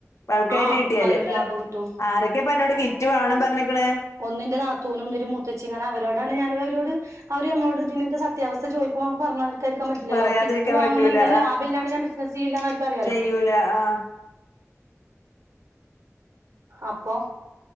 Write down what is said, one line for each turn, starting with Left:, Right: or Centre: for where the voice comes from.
Left: ബൾക്കായിട്ട്
Right: ആ അപ്പൊക്ക്
Left: കിട്ടിയാല്
Right: നല്ലൊരു ലാഭം കിട്ടും
Left: ആരൊക്കെപ്പ അന്നോട് കിറ്റ് വാണം പറഞ്ഞക്ക്ണ്
Right: ഒന്നിന്റെ നാത്തൂനും ഒന്നൊരു മുത്തച്ചി കാരണം അവരോടാണ് ഞാന അവരോട് അവര് ഞമ്മോട് ഇതിനിന്റെ സത്യാവസ്ഥ ചോദിക്കുമ്പോ മ്മ്ക് പറഞ്ഞാ കായിരിക്കാൻ പറ്റില്ലല്ലോ
Left: പറയാതിരിക്കാൻ
Right: കിറ്റ് വാങ്ങുമ്പോ
Left: പറ്റൂല
Right: എന്തായാലും ലാഭില്ലാണ്ട് ഞാൻ ബിസ്നസ് ചെയ്യില്ലന്ന് അവർക്ക് അറിയാലോ
Left: ചെയ്യൂല ല്ല ആഹ്
Right: അപ്പൊ